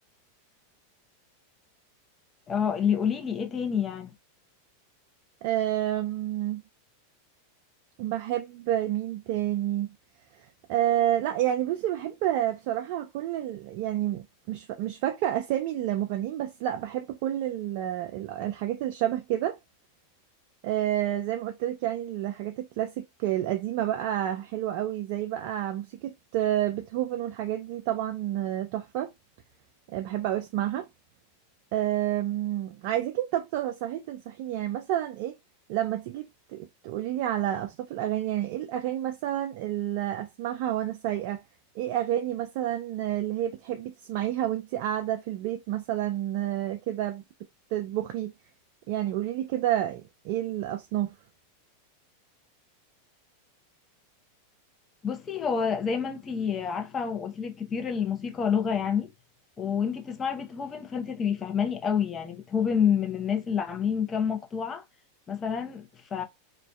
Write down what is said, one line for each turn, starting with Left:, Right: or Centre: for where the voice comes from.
Left: اه اللي قوليلي ايه تاني يعني
Right: أم، بحب مين تاني أه لا يعني بصي بحب بصراحة كل ال... يعني مش ف... مش فاكرة أسامي المغنيين بس لا بحب كل ال... ال- الحاجات اللي شبه كده أه زي ما قلت لك يعني الحاجات الكلاسيك القديمة بقى حلوة قوي زي بقى موسيقى آه، بيتهوفن والحاجات دي طبعا آه، تحفة آه، بحب أوي أسمعها أم، عايزاكي طب ت- صحيح تنصحيني يعني مثلا ايه لما تيجي تقولي لي على اصناف الاغاني يعني ايه الاغاني مثلا اللي اسمعها وانا سايقه ايه اغاني مثلا اللي هي بتحبي تسمعيها وانتي قاعده في البيت مثلا آه، كده بتطبخي يعني قولي لي كده ايه الاصناف
Left: بصي هو زي ما انتي عارفة وقلت لك كتير الموسيقى لغة يعني وانتي بتسمعي بيتهوفن فانتي هتبقي فاهماني قوي يعني بيتهوفن من الناس اللي عاملين كام مقطوعة مثلا ف